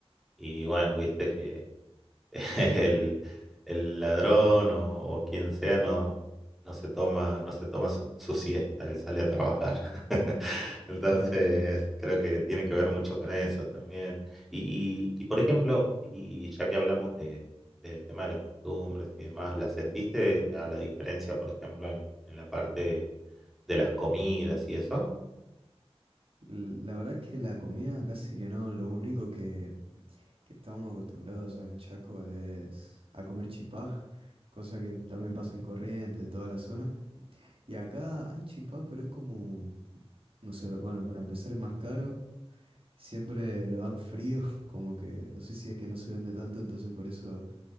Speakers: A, in the centre; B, on the right.
A: y bueno, viste que <laughs> El, el ladrón o, o quien sea no, no se toma, no se toma su, su siesta, él sale a trabajar. <laughs> Entonces,
B: claro.
A: creo que tiene que ver mucho con eso también. Y, y, por ejemplo, y y ya que hablamos de, del tema de las costumbres y demás, ¿la sentiste a la diferencia, por ejemplo, en, en la parte de las comidas y eso?
B: L- La verdad que la comida casi que no, lo único que... que estábamos acostumbrados allá en Chaco es a comer chipá, cosa que también pasa en Corrientes, en toda la zona. Y acá hay chipá, pero es como, no sé, bueno, para empezar es más caro. Siempre lo dan frío, <laughs> como que no sé si es que no se vende tanto, entonces por eso